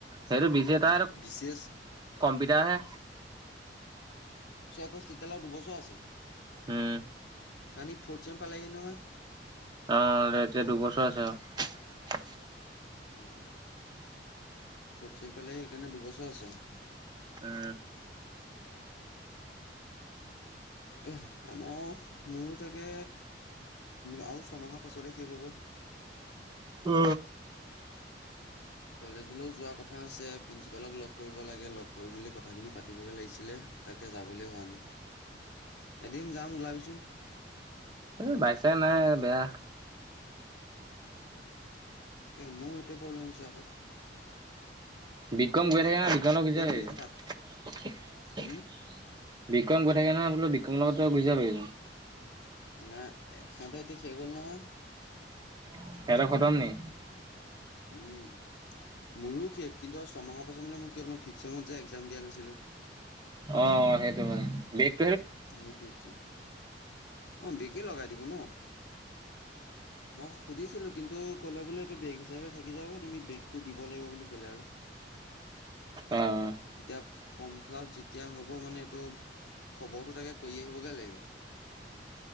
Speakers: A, on the right; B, on the left.
A: সেইটো বিজি এটা আৰু
B: বি চি এ
A: কম্পিউটাৰ হে।
B: তেতিয়ালে আৰু দুবছৰ আছে।
A: উম।
B: কানী ফৰ্থছেম পালেগে নহয়।
A: অ এতিয়া দুবছৰ আছে আও <unintelligible>
B: উ ফৰ্থছেম পালেই সেইকাৰণে দুবছৰ আছে।
A: উম।
B: তে আমাৰো মোৰো তাকে, আৰু ছমাহৰ পাছতে শেষ হ'ব।
A: অ।
B: কলেজলৈ যোৱা কথা আছে, প্ৰিন্সিপালক লগ কৰিব লাগে। লগ কৰি মেলি কথাখিনি পাতিবগৈ লাগিছিলে, তাকে যাবলৈ হোৱা নাই। এদিন যাম ওলাবিচোন।
A: এই বাইক চাই। নাই বেয়া।
B: তে মোৰ সেইটোৱে প্ৰব্লেম হৈছে আক।
A: বিক্ৰম গৈ থাকে ন বিক্ৰমক লৈ
B: মেলি
A: <unintelligible>
B: পাত উম
A: বিক্ৰম গৈ থাকে নহয় বোলো বিক্ৰমৰ লগত তই গুচি যাবি।
B: নাই এখনতে এতি শেষ হ'ল নহয়।
A: সিঁহতৰ খতম নি?
B: উ মোৰো শেষ কিন্তু ছমাহৰ পাছত মানে মো কি হল ফিফট ছেমত যে এক্সাম দিয়া নাছিলো।
A: অ সেইটো মানে বে
B: সেই ফিফট ছেম অঁ বেক কেই লগাই দিব ন। মই সুধিছিলো কিন্তু ক'লে বোলে এইটো বেক হিচাপে থাকি যাব তুমি বেকটো দিব লাগিব বুলি ক'লে আৰু।
A: অঁহ।
B: এতিয়া ফৰ্ম ফিলাপ যেতিয়া হ'ব মানে এইটো খবৰটো তাকে কৰি আহিবগে লাগিব।